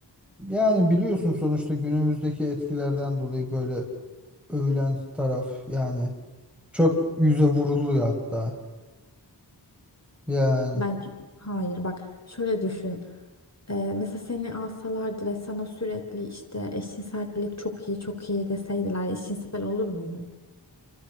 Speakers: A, in the centre; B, on the left (about 40°).
A: Yani biliyorsun sonuçta günümüzdeki etkilerden dolayı böyle övülen taraf yani çok yüze vuruluyor hatta. Yani
B: Bence hayır bak şöyle düşün. Ee, mesela seni alsalardı ve sana sürekli işte eşcinsellik çok iyi çok iyi deseydiler eşcinsel olur muydun?